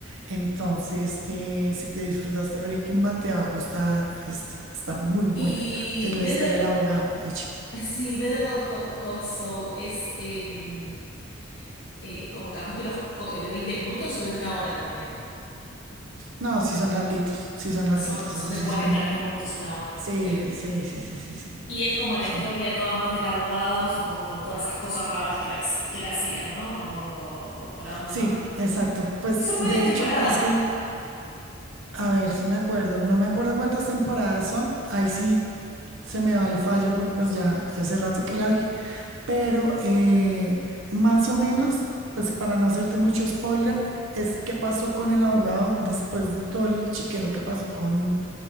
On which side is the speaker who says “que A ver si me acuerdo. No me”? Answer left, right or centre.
Right